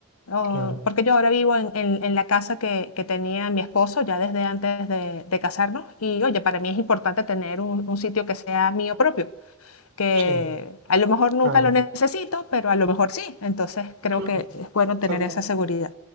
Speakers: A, on the left (about 70°); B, on the right (about 50°).
A: Oh,
B: claro.
A: porque yo ahora vivo en, en- en la casa que, que tenía mi esposo ya desde antes de, de casarnos y oye, para mí es importante tener un, un sitio que sea mío propio, que
B: Sí,
A: a lo mejor nunca
B: claro,
A: lo necesito, pero a lo mejor sí, entonces creo
B: claro,
A: que es bueno
B: está
A: tener
B: bien.
A: esa seguridad.